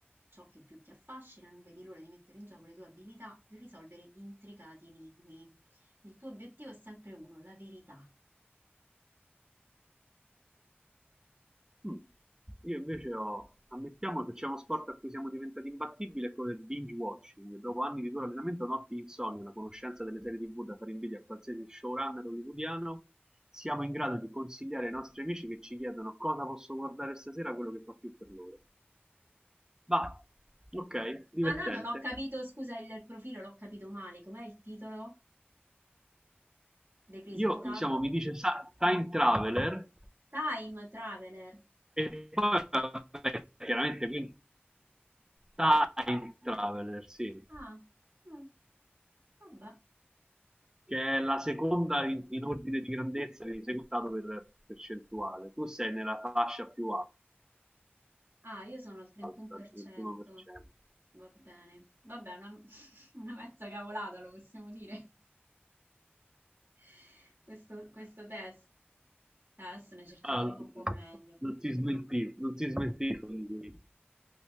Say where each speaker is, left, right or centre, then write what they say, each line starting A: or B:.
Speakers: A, on the right; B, on the right.
A: ciò che più ti affascina, non vedi l'ora di mettere in gioco le tue abilità per risolvere intricati enigmi. Il tuo obiettivo è sempre uno, la verità.
B: Mm. Io invece ho... Ammettiamo che c'è uno sport a cui siamo diventati imbattibili, è quello del binge watching. Dopo anni di duro allenamento, notti di insonnia, la conoscenza delle serie TV da fare invidia a qualsiasi showrunner hollywoodiano, siamo in grado di consigliare ai nostri amici che ci chiedono cosa posso guardare stasera, quello che fa più per loro. Va, ok, divertente.
A: Ma allora non ho capito, scusa, il, il profilo l'ho capito male. Com'è il titolo del risultato?
B: Io, diciamo, mi dice sa- Time Traveler
A: Time Traveler.
B: e poi, vabbè, chiaramente, quindi Time Traveler, sì,
A: Ah, mm, vabbè.
B: che è la seconda in, in ordine di grandezza, quindi secondato per percentuale. Tu sei nella fascia più alta,
A: Ah, io sono al 31%.
B: il 31%.
A: Va bene, vabbè, una, <laughs> una mezza cavolata lo possiamo dire, <laughs> questo, questo test. Dai, adesso ne cerchiamo
B: Ah,
A: uno un po'
B: <laughs>
A: meglio,
B: non si smentì, non si smentì con lui.